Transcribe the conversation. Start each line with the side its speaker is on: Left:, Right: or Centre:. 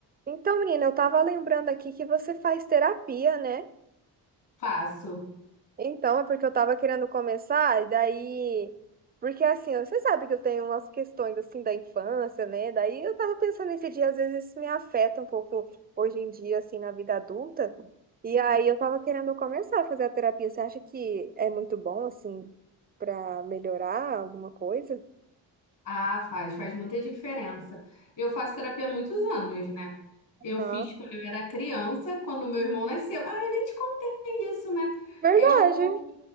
Right: Então, menina, eu tava lembrando aqui que você faz terapia, né?
Left: Faço.
Right: Então, é porque eu tava querendo começar, e daí. Porque assim, você sabe que eu tenho umas questões assim da infância, né? Daí eu tava pensando nesse dia, às vezes isso me afeta um pouco hoje em dia, assim, na vida adulta. E aí eu tava querendo começar a fazer a terapia. Você acha que é muito bom, assim, pra melhorar alguma coisa?
Left: Ah, faz, faz muita diferença. Eu faço terapia há muitos anos, né? Eu
Right: Aham.
Left: fiz quando eu era criança, quando meu irmão nasceu. Ah, eu nem te contei isso, né?
Right: Verdade.
Left: Eu,